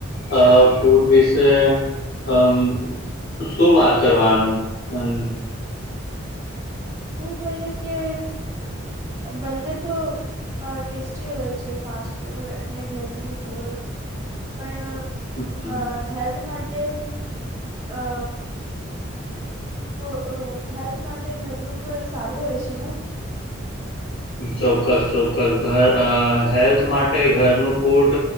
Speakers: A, on the left (about 55°); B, on the right (about 15°).
A: અ ફૂડ વિશે અમ શું વાત કરવાનું પન?
B: હું કહ્યું કે બંને તો અ ટેસ્ટી હોય છે, ફાસ્ટ ફૂડ અને ઘરનું ફૂડ પણ અ
A: હમ,
B: હેલ્થ માટે અ ફો અ હેલ્થ માટે નગનું ફૂડ સારું હોય છે, ને?
A: ચોક્કસ ચોક્કસ ઘર અ હેલ્થ માટે ઘરનું ફૂડ